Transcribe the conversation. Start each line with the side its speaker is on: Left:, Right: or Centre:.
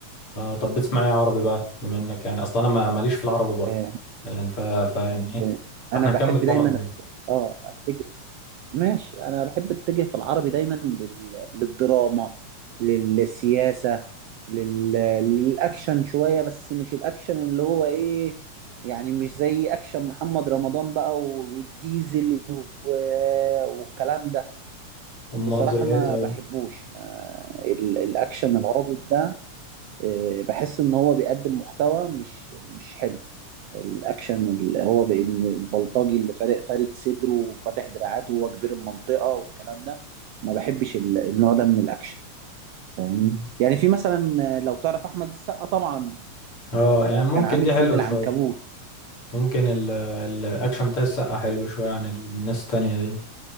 Left: آه طب بتسمع ايه عربي بقى بما انك يعني اصلا انا ما- ماليش في العربي بقى
Right: آه
Left: يعني ف... فيعني ايه
Right: آه،
Left: فاحنا
Right: انا
Left: نكمل
Right: بحب
Left: بعض
Right: دايما
Left: يعني
Right: أت- اه اتجه ماشي انا بحب اتجه في العربي دايما لل... للدراما للسياسه لل... للاكشن شويه بس مش الاكشن اللي هو ايه يعني مش زي اكشن محمد رمضان بقى و- والديزل و... والكلام ده
Left: امال
Right: بصراحه
Left: زي ايه
Right: ما
Left: طيب
Right: بحبوش ما... ال... الاكشن العابط ده آه، بحس ان هو بيقدم محتوى مش مش حلو الاكشن اللي هو بان البلطجي اللي فارق فارد صدره وفاتح دراعاته وهو كبير المنطقه والكلام ده ما بحبش ال- النوع ده من الاكشن فاهمني
Left: مم.
Right: يعني في مثلا آه، لو تعرف احمد السقا طبعا
Left: اه
Right: آه،
Left: يعني ممكن
Right: كان عامل
Left: دي
Right: فيلم
Left: حلوه
Right: العنكبوت
Left: شويه ممكن ال... الاكشن بتاع السقا حلو شويه عن الناس التانية دي